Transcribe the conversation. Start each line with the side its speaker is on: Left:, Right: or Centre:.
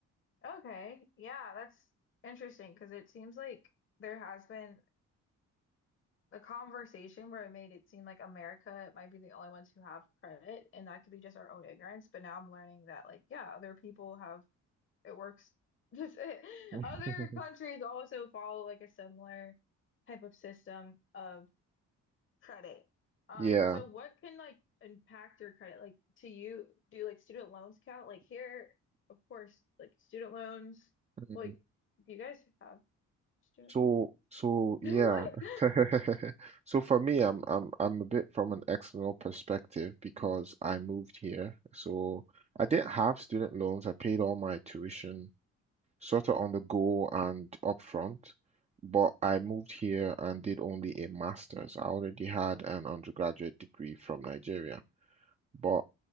Left: Okay. Yeah, that's interesting because it seems like there has been the conversation where it made it seem like America might be the only ones who have credit, and that could be just our own ignorance. But now I'm learning that, like, yeah, other people have it works. <laughs> other
Right: <laughs>
Left: countries also follow like a similar type of system of credit. Um,
Right: Yeah.
Left: so what can like impact your credit? Like, to you, do like student loans count? Like here, of course, like student loans.
Right: Mm.
Left: Like, do you guys have student
Right: So,
Left: loans? <laughs>
Right: so yeah.
Left: Like,
Right: <laughs> So for me, I'm I'm I'm a bit from an external perspective because I moved here. So I didn't have student loans. I paid all my tuition sort of on the go and upfront, but I moved here and did only a master's. I already had an undergraduate degree from Nigeria, but